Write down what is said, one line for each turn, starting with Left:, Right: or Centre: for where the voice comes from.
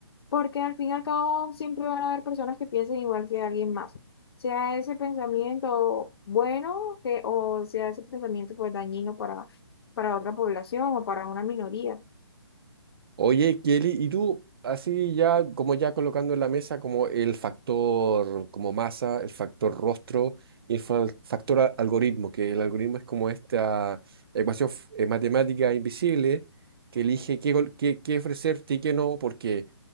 Left: porque al fin y al cabo siempre van a haber personas que piensen igual que alguien más. Sea ese pensamiento bueno que, o sea ese pensamiento pues dañino para, para otra población o para una minoría.
Right: Oye, Kelly, y tú, así ya, como ya colocando en la mesa como el factor como masa, el factor rostro y el fa- factor a- algoritmo, que el algoritmo es como esta ecuación f- eh, matemática invisible que elige qué, gol- qué, qué ofrecerte y qué no, porque